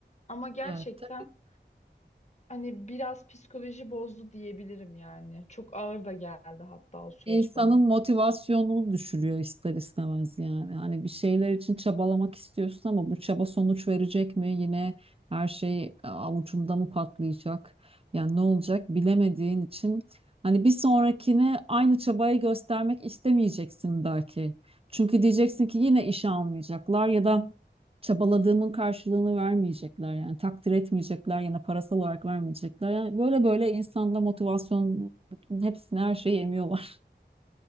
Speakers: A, on the left; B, on the right.
A: Ama gerçekten
B: Evet, tabii.
A: Hani biraz psikoloji bozdu diyebilirim yani. Çok ağır da geldi hatta o süreç
B: İnsanın
A: bana.
B: motivasyonunu düşürüyor ister istemez yani. Hani bir şeyler için çabalamak istiyorsun ama bu çaba sonuç verecek mi? Yine her şey e, avucumda mı patlayacak? Yani ne olacak bilemediğin için hani bir sonrakine aynı çabayı göstermek istemeyeceksin belki. Çünkü diyeceksin ki yine işe almayacaklar ya da çabaladığımın karşılığını vermeyecekler yani takdir etmeyecekler ya da parasal olarak vermeyecekler. Yani böyle böyle insanda motivasyon hepsini her şeyi emiyorlar.